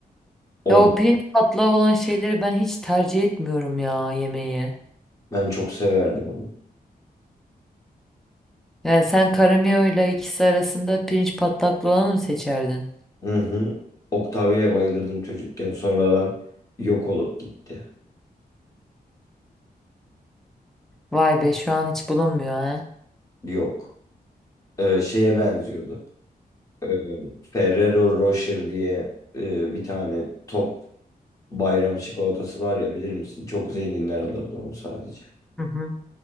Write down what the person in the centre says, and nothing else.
Ya o pirinç patlağı olan şeyleri ben hiç tercih etmiyorum ya yemeği.
Yani sen karamiyo ile ikisi arasında pirinç patlaklı olanı mı seçerdin?
Vay be şu an hiç bulunmuyor ha.
Hı hı.